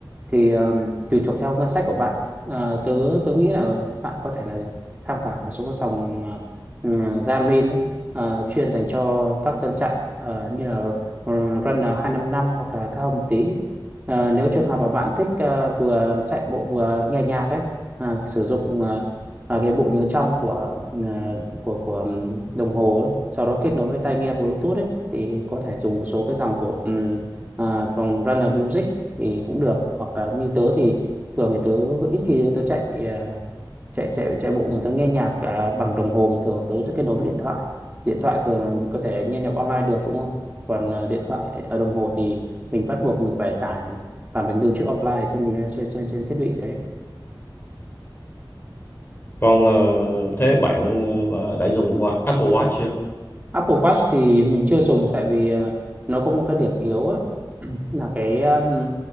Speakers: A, on the right; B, on the left.
A: thì um, tùy thuộc theo ngân sách của bạn à, tớ tớ nghĩ là bạn có thể là tham khảo một số các sòng à, ừ, Garmin ấy, à, chuyên dành cho các tân chạy à, như là ừ, Runner 255 hoặc là cao hơn một tí à, nếu trường hợp mà bạn thích à, vừa chạy bộ vừa nghe nhạc ấy à, sử dụng à, à, cái bộ nhớ trong của à, của của ừm, đồng hồ ấy, sau đó kết nối với tai nghe Bluetooth ấy thì có thể dùng một số cái dòng của ừm, à, dòng Runner Music thì cũng được hoặc là như tớ thì thường thì tớ ít khi tớ chạy à, chạy chạy chạy bộ mà tớ nghe nhạc à, bằng đồng hồ mà thường tớ sẽ kết nối với điện thoại điện thoại thường là mình có thể nghe nhạc online được đúng không còn à, điện thoại ở đồng hồ thì mình bắt buộc mình phải tải và mình lưu trữ offline trên trên trên trên thiết bị đấy
B: còn ờ, thế bạn ờ, đã dùng qua Apple Watch chưa
A: Apple Watch thì mình chưa dùng tại vì ờ, nó có một cái điểm yếu ấy, <clears throat> là cái um,